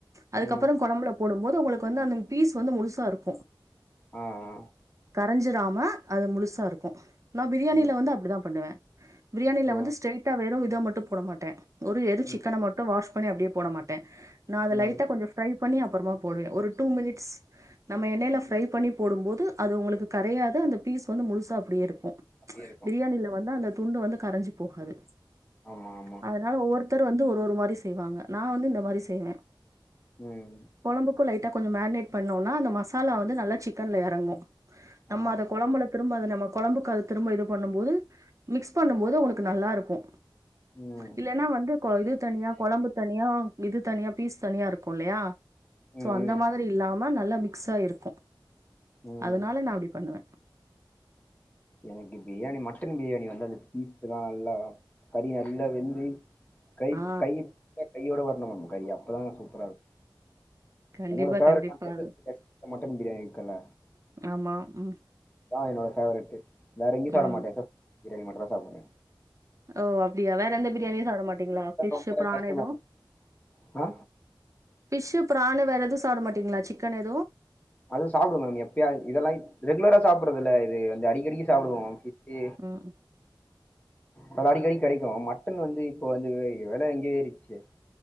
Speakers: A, on the right; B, on the left.
A: அதுக்கப்பறோ
B: ம்
A: கொழம்புல போடுபோது உங்குளுக்கு வந்து அந்த பீஸ் வந்து முழுசா இருக்கு
B: ஆ ஆ
A: கரஞ்சிராம அது முலுசா இருக்கு நா ப்ரியாணில
B: ம்
A: வந்து அப்டிதா பண்ணுவே ப்ரியாணில
B: ஓ
A: வந்து ஸ்ட்ரெய்ட்டா வெறு இத மட்டு போட மாட்டே ஒரு எரு
B: ம்
A: சிக்கன மட்டு வாஷ் பண்ணி அப்டியே போட மாட்டே நா அத
B: ம்
A: லைட்டா கொஞ்சோ ஃப்ரை பண்ணி அப்றமா போடுவே ஒரு டூ மினிட்ஸ் நம்ம எண்ணெய்ல ஃப்ரை பண்ணி போடும்போது அது உங்ளுக்கு கரையாத அந்த பீஸ் வந்து முழுசா அப்டியே இருக்கு
B: அப்படியே இருக்கும்
A: பிரியாணில வந்து அந்த துண்டு வந்து கரஞ்சி போகாது
B: ஆமா ஆமா
A: அதனால ஒவ்வொருத்தரு வந்து ஒரு ஒரு மாரி செய்வாங்க நா வந்து இந்த மாரி செய்வே
B: ம்
A: கொழம்புக்கு லைட்டா கொஞ்சோ மேர்ட்னேட் பண்ணோனா அந்த மசாலா வந்து நல்லா சிக்கன்ல எறங்கு
B: ஆமா
A: நம்ம அத கொழம்பலத்து திரும்ப அத நம்ம கொழ்ம்புக்கல் திரும்ப இது பண்ணும் போது மிக்ஸ் பண்ணும் போது ஒனுக்கு நல்லாருக்கு
B: ம்
A: இல்லேனா வந்து கொ இது தனியா கொழம்பு தனியா இது தனியா பீஸ் தனியா இருக்கு இல்லையா
B: ம்
A: சோ அந்த
B: ம்
A: மாதிரி இல்லாம நல்லா மிக்ஸாயிருக்கு
B: ம்
A: அதனால நா அப்டி பண்ணுவே
B: எனக்கு பிரியாணி மட்டன் பிரியாணி வந்து அந்த பீஸ்லா நல்லா கறி நல்லா வெந்து கைப்
A: ஆ
B: கையி பிச்சாக் கையோட வர்ணு மேம் கறி அப்பதா சூப்பராருக்
A: கண்டிப்பா
B: என்னோட ஃபேவரெட்
A: கண்டிப்பா
B: அந்த <unintelligible>
A: அது
B: மட்டன் பிரியாணி இருக்குல்ல
A: ஆமா ம்
B: அதா என்னோட ஃபேவரெட்டு வேற எங்கியு சாப்ட
A: ம்
B: மாட்டே எஸ் எஸ் பிரியாணி மட்டுந்தா சாப்டுவே
A: ஓ அப்டியா வேற எந்த பிரியாணியு சாப்ட மாட்டீங்ளா ஃபிஷ்ஷு
B: ரொம்ப
A: ஃபிரானு
B: கஷ்டமா
A: எதுவு
B: இருக்கு ஆ
A: ஃபிஷ்ஷு பிரானு வேற எதுவு சாப்ட மாட்டிங்ளா சிக்கன் எதுவு
B: அதுவு சாப்டுவே மேம் எப்பயாது இதெல்லா இப் ரெகுலரா சாப்பறதுல்ல இது வந்து அடிக் கிரியு சாப்டுவோ
A: ம்
B: கிட்டி
A: ம்
B: கல அடிக்கடி கெடைக்கு மட்டன் வந்து இப்போ வந்து வெல எங்கியே ஏரிச்சே